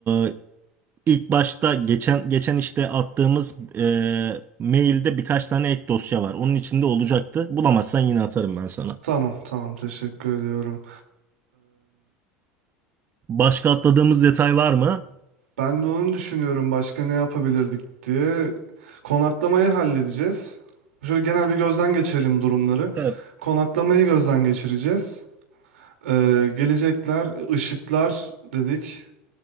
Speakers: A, on the right; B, on the right.
A: e, İlk başta geçen geçen işte attığımız e, mailde birkaç tane ek dosya var. Onun içinde olacaktı. Bulamazsan yine atarım ben sana.
B: Tamam tamam teşekkür ediyorum.
A: Başka atladığımız detay var mı?
B: Ben de onu düşünüyorum başka ne yapabilirdik diye. Konaklamayı halledeceğiz. Şöyle genel bir gözden geçirelim durumları.
A: Evet.
B: Konaklamayı gözden geçireceğiz. Ee, gelecekler, ışıklar dedik.